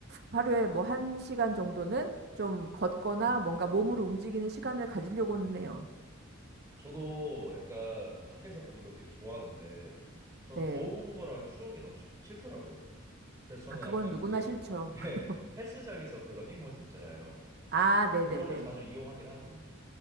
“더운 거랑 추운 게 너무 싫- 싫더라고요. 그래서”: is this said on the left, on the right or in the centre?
Right